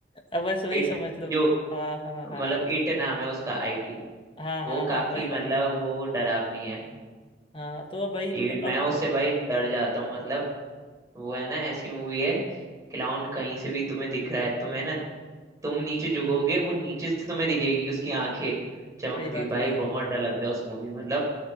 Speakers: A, on the left; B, on the right.
A: अब बस वही
B: इट
A: समझ लो
B: जो
A: हाँ हाँ हाँ
B: मतलब इट नाम है उसका आईटी
A: हाँ
B: वो
A: हाँ हाँ
B: काफी
A: वही वाली
B: मतलब वो डरावनी है
A: हाँ तो अब भाई
B: इवन मैं
A: अब
B: उससे भाई डर जाता हूँ मतलब वो है ना ऐसी मूवी है क्लाउन कहीं से भी तुम्हें दिख रहा है तुम्हें ना तुम नीचे झुकोगे वो नीचे से तुम्हें दिखेगी उसकी आंखें चमकती
A: सही बात
B: हुई भाई
A: है भाई
B: बहुत डर लगता है उस मूवी में। मतलब